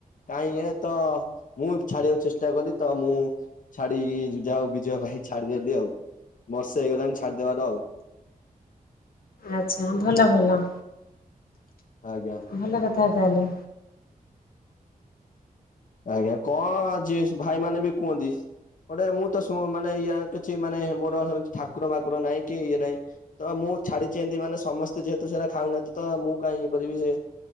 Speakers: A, on the left; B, on the left.
A: କାଇଁ ଇଏ ତ ମୁଁ ଏବେ ଛାଡିବାକୁ ଚେଷ୍ଟା କଲି ତ ମୁଁ ଛାଡିକି ଯାହାହଉ ବିଜୟ ଭାଈ ଛାଡିଦେଲି ଆଉ। ବର୍ଷ ହେଇଗଲାଣି ଛାଡିଦବାର ଆଉ।
B: ଆଚ୍ଛା ଭଲ ଭଲ।
A: ଆଜ୍ଞା।
B: ଭଲ କଥା ତାହେଲେ।
A: ଆଜ୍ଞା କଣ ଆଜି ଭାଇ ମାନେ ବି କୁହନ୍ତି। ଗୋଟେ ମୁଁ ତ ସୋ ମାନେ ଇଆ କିଛି ମାନେ ମୋର ସେମିତି ଠାକୁର ବାକୁର ନାହିଁ କି ଇଏ ନାଇଁ। ତ ମୁ ଛାଡିଚି ଏନ୍ତି ମାନେ ସମସ୍ତେ ଯେହେତୁ ସେଇଟା ଖାଉନାହାନ୍ତି ତ ମୁଁ କାଇଁ ଇଏ କରିବି ସେ